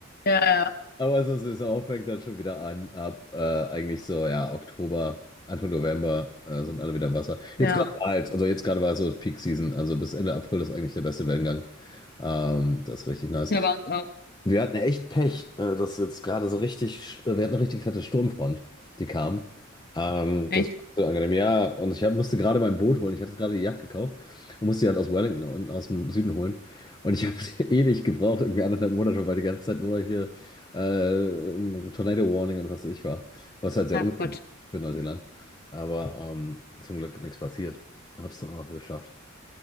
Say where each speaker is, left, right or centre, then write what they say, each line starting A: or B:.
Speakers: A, on the left; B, on the left.
A: Ja, ja,
B: Aber so Saison fängt dann schon wieder an, ab äh, eigentlich so, ja, Oktober, Anfang November äh, sind alle wieder im Wasser.
A: ja.
B: Jetzt gerade war halt, also jetzt gerade war so Peak Season, also bis Ende April ist eigentlich der beste Wellengang. Ähm, das ist richtig nice.
A: Ja, bei uns auch.
B: Wir hatten echt Pech, äh, dass jetzt gerade so richtig, äh, wir hatten eine richtig fette Sturmfront, die kam. Ähm,
A: Echt?
B: das war so angenehm. Ja, und ich hab, musste gerade mein Boot holen. Ich hatte jetzt gerade die Yacht gekauft und musste die halt aus Wellington und aus dem Süden holen. Und ich habe <laughs> ewig gebraucht, irgendwie anderthalb Monate, weil die ganze Zeit nur hier äh, im Tornado Warning und was weiß ich war. Was halt sehr
A: Ach
B: ungewöhnlich
A: Gott.
B: für Neuseeland. Aber ähm, zum Glück nichts passiert. Hab's dann auch noch geschafft.